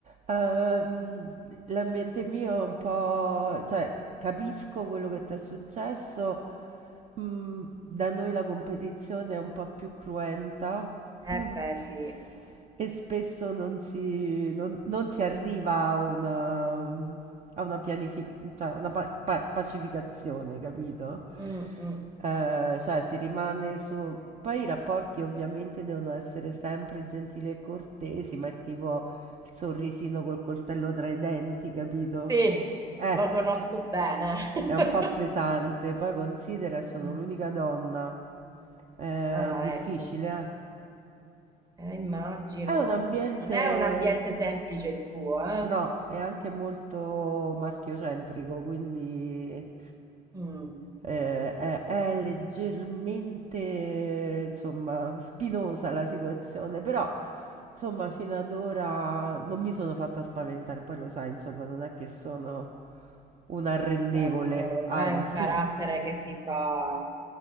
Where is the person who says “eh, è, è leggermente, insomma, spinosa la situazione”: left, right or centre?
Right